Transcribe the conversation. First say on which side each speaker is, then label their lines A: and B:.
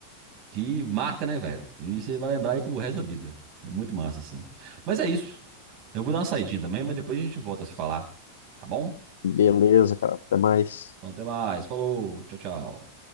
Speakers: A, on the right; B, on the left.
A: que marca, né, velho? E você vai lembrar aí pro resto da vida. É muito massa, assim. Mas é isso. Eu vou dar uma saidinha também, mas depois a gente volta a se falar, tá bom?
B: Beleza, cara. Até mais.
A: Então até mais. Falou. Tchau, tchau.